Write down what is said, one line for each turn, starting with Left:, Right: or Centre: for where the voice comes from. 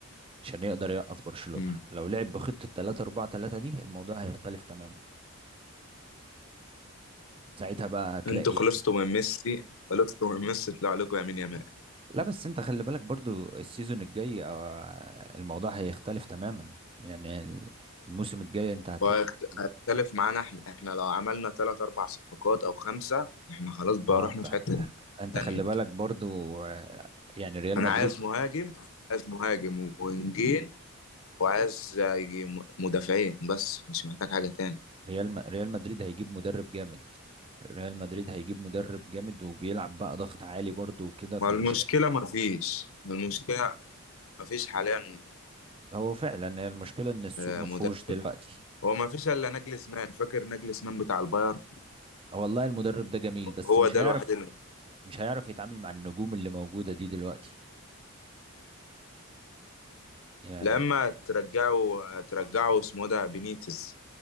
Right: عشان يقدر يوقف برشلونة
Left: امم
Right: لو لعب بخطة 3 4 3 دي الموضوع هيختلف تماما ساعتها بقى هتلاقي
Left: انتوا خلصتوا من ميسي خلصتوا من ميسي طلع لكم يمين يمال
Right: لا بس انت خلي بالك برضو السيزون الجاي آه، الموضوع هيختلف تماما يعني ال- الموسم الجاي انت هتلاقي
Left: واختلف معانا احنا احنا لو عملنا ثلاث اربع صفقات او خمسة احنا خلاص بقى
Right: ما
Left: رحنا
Right: انت
Left: في حتة
Right: انت
Left: تانية
Right: خلي بالك برضو آه، يعني ريال
Left: انا
Right: مدريد
Left: عايز مهاجم عايز مهاجم وونجين وعايز يجي م- مدافعين بس مش محتاج حاجة تاني
Right: ريال م- ريال مدريد هيجيب مدرب جامد ريال مدريد هيجيب مدرب جامد وبيلعب بقى ضغط عالي برضو وكده فمش
Left: والمشكلة
Right: هي-
Left: ما فيش المشكلة ما فيش حاليا
Right: هو فعلا هي المشكلة ان السوق
Left: آه،
Right: ما
Left: مدافع
Right: فيهوش دلوقتي
Left: هو ما فيش الا نجلسمان فاكر نجلسمان بتاع الباير
Right: والله المدرب ده جميل بس
Left: هو
Right: مش
Left: ده
Right: هيعرف
Left: الوحيد اللي
Right: مش هيعرف يتعامل مع النجوم اللي موجودة دي دلوقتي يعني
Left: لما ترجعوا ترجعوا اسمه ده بينيتز